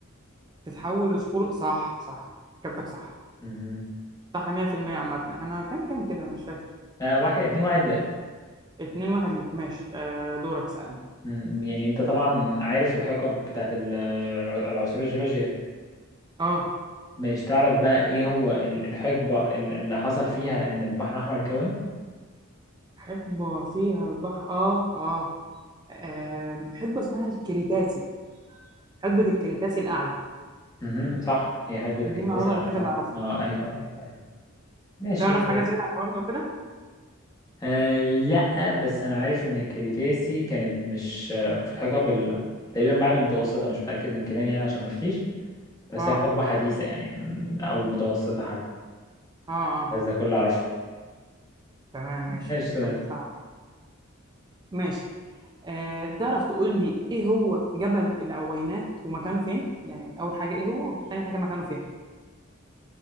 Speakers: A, on the right; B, on the left.
A: تتحول لصخور صح صح كابتك صح
B: مهم.
A: صح 100% عامه احنا كام كام كده انا مش فاكر
B: آه، واحد اتنين واحد
A: 2 1 ليك ماشي آه دورك اسالني
B: مم، يعني انت طبعا عارف الحقب بتاعت ال- الع- العصور الجيولوجية
A: اه
B: مش تعرف بقى ايه هو ال- الحقبة ال- اللي حصل فيها ان البحر الاحمر اتكون
A: حقبه فيها البحر اه اه آم، حقبه اسمها الكريتاسي حقبه الكريتاسي الاعلى
B: مهم، صح هي هيبوثيكاليديز
A: دي المعلومه
B: الاعلى
A: الوحيده
B: فعلا
A: اللي اعرفها
B: اه ايوه ايوه ايوه ماشي
A: تعرف حاجه زياده عن الحوار ده وكده
B: آه لا بس انا عارف ان الكريتاسي كانت مش آه، في الحقب ال- تقريبا بعد المتوسطة مش متأكد من كلامي يعني عشان ما افتيش بس
A: اه
B: هي حقبة حديثة يعني مم، او متوسطة حتى
A: اه اه
B: بس ده كله اعرفه
A: تمام ماشي
B: ماشي سؤال
A: اجابتك صح ماشي آه تعرف تقول لي ايه هو جبل العوينات ومكانه فين يعني اول حاجه ايه هو تاني حاجه مكانه فين